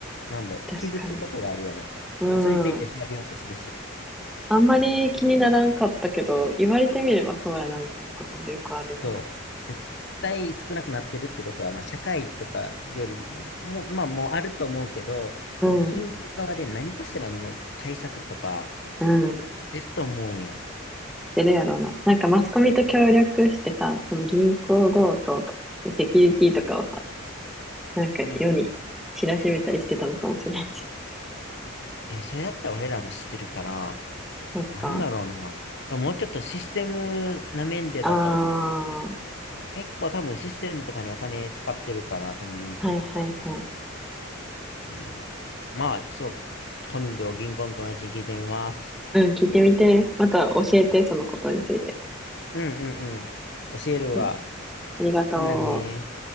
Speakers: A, on the left; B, in the centre.
A: なんだろう、
B: 確かに。
A: 気づくことがあるよね。
B: うん。
A: それについて調べようとするし。
B: あんまり気にならんかったけど、言われてみればそうやなみたいなこともよくあるよな。
A: そう。絶対少なくなってるってことは、まあ、社会とかよりも、もう、まあ、もうあると思うけど、
B: うん。
A: でも銀行側で何かしらの対策とか
B: うん。
A: 出ると思うやん。
B: 出るやろうな。なんかマスコミと協力してさ、その銀行強盗とセキュリティとかをさ、なんか世に知らしめたりしてたのかもしれんし。
A: うん。で、それだったら俺らも知ってるから、
B: そっか。
A: なんだろうな。多分もうちょっとシステムな面でだと思う。
B: ああ、は
A: 結構多分システムとかにお金使ってるから、多分銀行とか。
B: いはいはい。
A: うん。まあ、ちょっと、今度銀行の友達に聞いてみます。
B: うん、聞いてみて。また教えて、そのことについて。
A: うんうんうん。教えるわ。
B: うん、ありがとう。
A: ほんなね